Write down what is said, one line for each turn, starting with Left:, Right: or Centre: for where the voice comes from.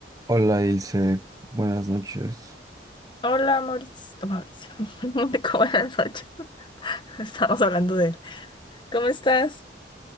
Right: Hola Ilse, buenas noches.
Left: Hola Mauricio, No, Mauricio, <laughs> no te buenas noches. <laughs> Estamos hablando de él. ¿Cómo estás?